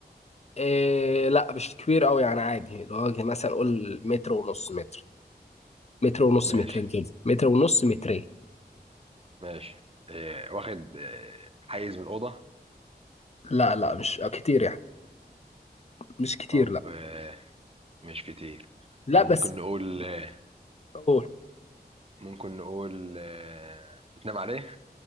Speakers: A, on the left; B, on the right.
A: إيه لا مش كبير قوي يعني عادي اللي هو مثلا قول متر ونص متر متر ونص
B: ماشي
A: مترين كده متر ونص مترين
B: ماشي آه، واخد آه، حيز من الأوضة
A: لا لا مش كتير يعني مش كتير
B: طب
A: لا
B: آه، مش كتير
A: لا
B: طب
A: بس
B: ممكن نقول آه،
A: قول
B: ممكن نقول آه، بتنام عليه